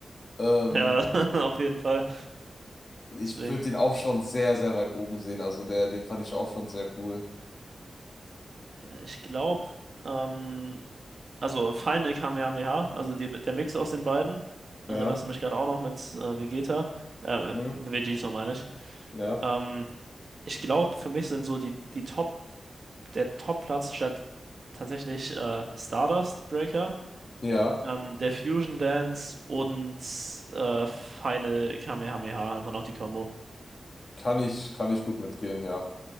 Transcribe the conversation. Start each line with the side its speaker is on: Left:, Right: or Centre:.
Left: Ähm,
Right: ja, <laughs> auf jeden Fall.
Left: Ich
Right: Deswegen,
Left: würde den auch schon sehr, sehr weit oben sehen. Also der, den fand ich auch schon sehr cool.
Right: ja, ich glaube, ähm, Also Final Kamehameha, also die, der Mix aus den beiden.
Left: Ja,
Right: Erinnerst du mich gerade auch noch mit äh, Vegeta? Äh,
Left: mhm.
Right: Vegito meine ich.
Left: Ja.
Right: Ähm, ich glaube, für mich sind so die, die Top, der Top-Platz statt tatsächlich äh, Stardust Breaker,
Left: Ja,
Right: ähm, der Fusion Dance und äh, Final Kamehameha, einfach noch die Combo.
Left: kann ich, kann ich gut mitgehen, ja.